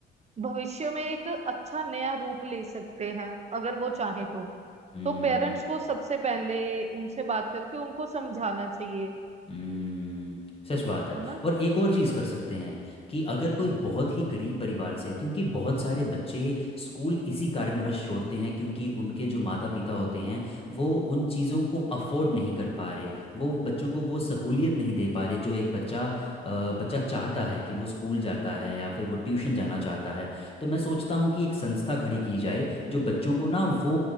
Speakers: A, on the right; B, on the left.
A: भविष्य में एक अच्छा नया रूप ले सकते हैं अगर वो चाहे तो
B: हम्म,
A: तो पेरेंट्स
B: हम्म।
A: को सबसे पहले उनसे बात करके उनको समझाना चाहिए
B: हम्म सच बात है
A: है ना
B: और एक और चीज़ कर सकते हैं कि अगर कोई बहुत ही गरीब परिवार से है क्योंकि बहुत सारे बच्चे स्कूल इसी कारणवश छोड़ते हैं क्योंकि उनके जो माता पिता होते हैं वो उन चीज़ों को अफोर्ड नहीं कर पा रहे वो बच्चों को वो सहूलियत नहीं दे पा रहे जो एक बच्चा अ, बच्चा चाहता है कि वो स्कूल जाता है या फिर वो ट्यूशन जाना चाहता है तो मैं सोचता हूँ कि एक संस्था खड़ी की जाए जो बच्चों को ना वो